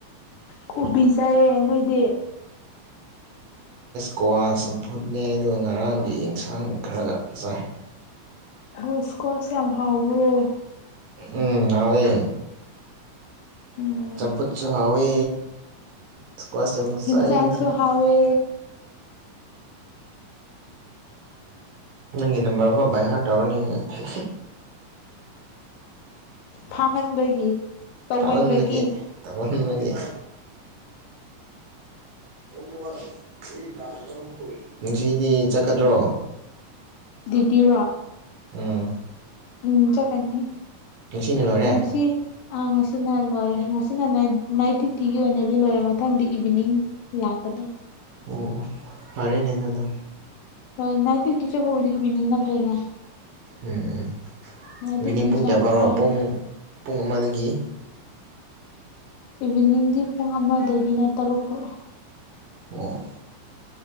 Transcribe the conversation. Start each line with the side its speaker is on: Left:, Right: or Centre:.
Left: ꯀꯨꯕꯤ ꯆꯥꯏꯌꯦ ꯅꯣꯏꯗꯤ
Right: ꯀ꯭ꯋꯥ ꯆꯝꯐꯨꯠꯅꯦ ꯑꯗꯨꯒ ꯉꯔꯥꯡꯒꯤ ꯑꯦꯟꯁꯥꯡ ꯈꯔꯒ ꯆꯥꯏ
Left: ꯒꯨꯁꯀꯣꯁ‌ꯦ ꯌꯥꯝ ꯍꯥꯎꯕ꯭ꯔꯣ
Right: ꯎꯝ ꯍꯥꯎꯋꯦ
Left: ꯎꯝ
Right: ꯆꯝꯐꯨꯠꯁꯨ ꯍꯥꯎꯋꯦ ꯏꯁꯀ꯭ꯋꯥꯁ ꯌꯥꯝ ꯆꯥꯏ
Left: ꯍꯤꯟꯖꯥꯡꯁꯨ
Right: ꯑꯩꯈꯣꯏꯗꯤ
Left: ꯍꯥꯎꯋꯦ
Right: ꯅꯪꯒꯤ ꯅꯝꯕꯔꯐꯥꯎ ꯕꯥꯏꯍꯥꯔꯠ ꯇꯧꯔꯅꯤ ꯍꯦ
Left: ꯐꯥꯃꯟꯕꯒꯤ ꯇꯧꯃꯟꯕꯒꯤ
Right: ꯐꯃꯟꯕꯒꯤ ꯊꯧꯃꯟꯕꯒꯤ ꯇꯧꯃꯟꯕꯒꯤ ꯉꯁꯤꯗꯤ ꯆꯠꯀꯗ꯭ꯔꯣ
Left: ꯗ꯭ꯋꯨꯇꯤꯔꯣ
Right: ꯎꯝ
Left: ꯎꯝ ꯆꯠꯀꯅꯤ
Right: ꯉꯁꯤꯅ ꯂꯣꯏꯔꯦ
Left: ꯉꯁꯤ ꯑꯥ ꯉꯁꯤꯅ ꯂꯣꯏꯔꯦ ꯉꯁꯤꯅ ꯅꯥꯏꯠ ꯅꯥꯏꯠ ꯗ꯭ꯌꯨꯇꯤꯒꯤ ꯑꯣꯏꯅꯗꯤ ꯂꯣꯏꯔꯦ ꯃꯊꯪꯗꯤ ꯏꯚꯤꯅꯤꯡ ꯂꯥꯛꯀꯗ
Right: ꯑꯣ ꯑꯣ ꯐꯔꯦꯅꯦ ꯑꯗꯨꯗꯣ
Left: ꯍꯣꯏ ꯅꯥꯏꯠ ꯗ꯭ꯨꯌꯇꯤ ꯆꯠꯕꯕꯨꯗꯤ ꯏꯚꯤꯅꯤꯡꯅ ꯐꯩꯅꯦ
Right: ꯎꯝ
Left: ꯅꯥꯏꯠ
Right: ꯏꯚꯤꯅꯤꯡ
Left: ꯗ꯭ꯌꯨꯇꯤꯁꯦ
Right: ꯄꯨꯡ ꯀꯌꯥ
Left: ꯌꯥꯝ
Right: ꯐꯥꯎꯔꯣ
Left: ꯋꯥꯏꯑꯦꯕ
Right: ꯄꯨꯡ ꯄꯨꯡ ꯑꯃꯗꯒꯤ
Left: ꯏꯚꯤꯅꯤꯡꯗꯤ ꯄꯨꯡ ꯑꯃꯗꯒꯤꯅ ꯇꯔꯨꯛ ꯐꯧ
Right: ꯎꯝ